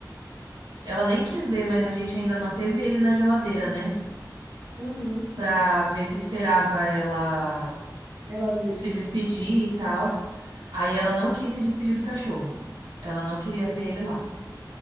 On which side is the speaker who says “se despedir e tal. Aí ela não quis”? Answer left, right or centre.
Right